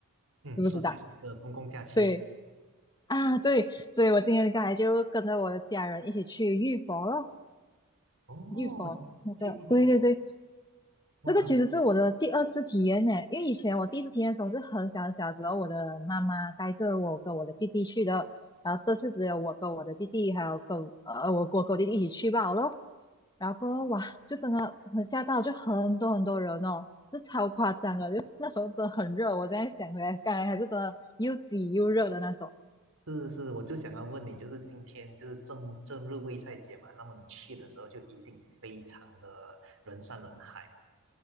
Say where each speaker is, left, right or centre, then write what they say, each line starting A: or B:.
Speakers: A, on the right (about 65°); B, on the left (about 20°).
A: 嗯，
B: 知不知道？
A: 是就是一个公共假期。
B: 对啊，对，所以我今天刚才就跟着我的家人一起去浴佛咯，
A: 哦，
B: 浴佛那个，
A: 去印
B: 对对对，
A: 哇，
B: 这个其实是我的第二次体验呢。因为以前我第一次体验的时候是很小很小的时候，我的妈妈带着我跟我的弟弟去的，然后这次只有我跟我的弟弟还有跟呃我我跟我弟弟一起去罢了咯。然后过后哇，就真的很吓到，就很多很多人哦，是超夸张的。就那时候真的很热，我现在想回来，刚才还是真的又挤又热的那种。
A: 是是，我就想要问你，就是今天就是正正日卫赛节嘛，那么你去的时候就一定非常的人山人海。